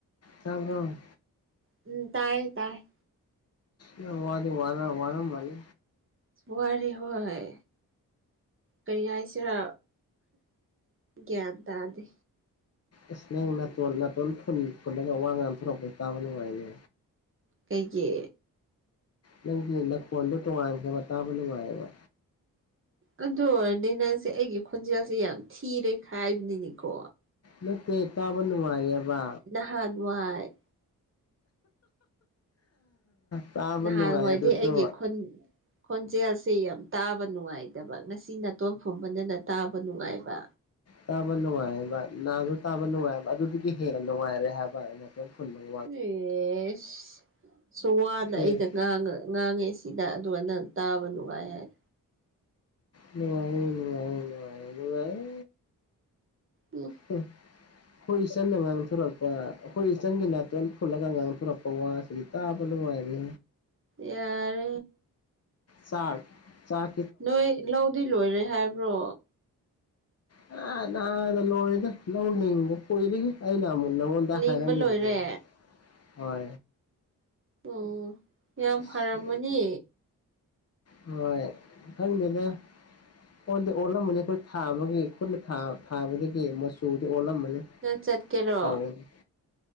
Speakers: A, on the left; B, on the right.
A: ꯇꯥꯕ꯭ꯔꯣ
B: ꯎꯝ ꯇꯥꯏ ꯇꯥꯏ
A: ꯅꯪ ꯋꯥꯗꯤ ꯋꯥꯔꯝ ꯋꯥꯔꯝꯃꯅꯤ
B: ꯋꯥꯔꯤ ꯍꯣꯏ ꯀꯔꯤ ꯍꯥꯏꯁꯤꯔ ꯒ꯭ꯌꯥꯟ ꯇꯥꯗꯦ
A: ꯏꯁ ꯅꯪ ꯅꯥꯇꯣꯟ ꯅꯥꯇꯣꯟ ꯐꯨꯟ ꯐꯨꯟꯂꯒ ꯋꯥ ꯉꯥꯡꯊꯣꯔꯛꯄ ꯇꯥꯕ ꯅꯨꯡꯉꯥꯏꯅꯦ
B: ꯀꯩꯒꯤ
A: ꯅꯪꯒꯤ ꯅꯈꯣꯟꯗꯣ ꯇꯣꯉꯥꯟꯈ꯭ꯔꯦꯕ ꯇꯥꯕ ꯅꯨꯡꯉꯥꯏꯌꯦꯕ
B: ꯑꯗꯨ ꯑꯣꯏꯔꯗꯤ ꯅꯪꯁꯦ ꯑꯩꯒꯤ ꯈꯣꯟꯖꯦꯜꯁꯦ ꯌꯥꯝ ꯊꯤꯔꯦ ꯈꯥꯏꯕꯅꯤꯅꯤꯀꯣ
A: ꯅꯠꯇꯦ ꯇꯥꯕ ꯅꯨꯡꯉꯥꯏꯌꯦꯕ
B: ꯊꯥꯟꯋꯥꯏ
A: ꯇꯥꯕ
B: ꯅꯍꯥꯟꯋꯥꯏꯗꯤ
A: ꯅꯨꯡꯉꯥꯏ ꯑꯗꯨꯁꯨ
B: ꯑꯩꯒꯤ ꯈꯣꯟ ꯈꯣꯟꯖꯦꯜꯁꯦ ꯌꯥꯝ ꯇꯥꯕ ꯅꯨꯡꯉꯥꯏꯗꯕ ꯉꯁꯤ ꯅꯥꯇꯣꯟ ꯐꯨꯝꯕꯅꯦꯅ ꯇꯥꯕ ꯅꯨꯡꯉꯥꯏꯕ
A: ꯇꯥꯕ ꯅꯨꯡꯉꯥꯏꯕ ꯅꯥꯗꯣ ꯇꯥꯕ ꯅꯨꯡꯉꯥꯏꯕ ꯑꯗꯨꯗꯒꯤ ꯍꯦꯟꯅ ꯅꯨꯡꯉꯥꯏꯔꯦ ꯍꯥꯏꯕ ꯍꯥꯏꯅ <unintelligible> ꯐꯨꯟꯕꯕꯨ
B: ꯑꯦꯁ ꯁꯨꯛ ꯋꯥꯅ
A: ꯑꯦ
B: ꯑꯩꯅ ꯉꯥꯡꯉ ꯉꯥꯡꯉꯦ ꯁꯤꯗ ꯑꯗꯨꯒ ꯅꯪ ꯇꯥꯕ ꯅꯨꯡꯉꯥꯏ ꯍꯥꯏ
A: ꯅꯨꯡꯉꯥꯏ ꯅꯨꯡꯉꯥꯏ ꯅꯨꯡꯉꯥꯏ ꯅꯨꯡꯉꯥꯏ
B: ꯎꯝ
A: ꯎꯝ ꯑꯩꯈꯣꯏ ꯏꯆꯟꯗ ꯉꯥꯡꯊꯣꯔꯛꯄ ꯑꯩꯈꯣꯏ ꯏꯆꯟꯒꯤ ꯅꯥꯇꯦꯜ ꯐꯨꯜꯂꯒ ꯉꯥꯡꯊꯣꯔꯛꯄ ꯋꯥꯁ ꯀꯔꯤꯇꯥꯕꯂꯣ ꯍꯥꯏꯒ
B: ꯌꯥꯔ
A: ꯆꯥꯛ ꯆꯥꯛ
B: ꯅꯣꯏ ꯂꯧꯗꯤ ꯂꯣꯏꯔꯦ ꯍꯥꯏꯕ꯭ꯔꯣ
A: ꯑ ꯅꯣꯗ ꯅꯣꯅꯤ ꯍꯗꯤ ꯄꯂꯤ ꯍ ꯀꯥꯏꯅ ꯃꯗ ꯃꯣꯟꯗ ꯍ
B: ꯂꯤꯡꯕ
A: ꯍꯥꯏꯥꯏꯔꯝꯅꯤ
B: ꯂꯣꯏꯔꯦ
A: ꯍ
B: ꯑꯣ ꯌꯥꯝ
A: ꯑꯁ
B: ꯐꯔꯝꯃꯅꯤ
A: ꯍꯣꯏ ꯈꯪꯗꯦꯗ ꯑꯣꯗꯤ ꯑꯣꯜꯂꯝꯃꯅꯤ ꯑꯩꯈꯣꯏ ꯊꯥꯝꯃꯒ ꯈꯨꯠꯅ ꯊꯥꯕ ꯊꯥꯕꯗꯒꯤ
B: ꯎꯝ
A: ꯃꯆꯨꯗꯨ ꯑꯣꯜꯂꯝꯃꯅꯤ
B: ꯅꯪ ꯆꯠꯀꯦꯔꯣ
A: ꯍꯥꯎꯗꯤ